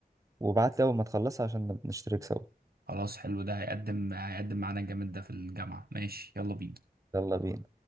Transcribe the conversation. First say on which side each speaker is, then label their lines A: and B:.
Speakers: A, on the right; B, on the right.
A: وبعت لي اول ما تخلصها عشان نشترك سوا
B: خلاص حلو ده هيقدم هيقدم معانا جامد ده في الجامعة ماشي يلا بينا
A: يلا بينا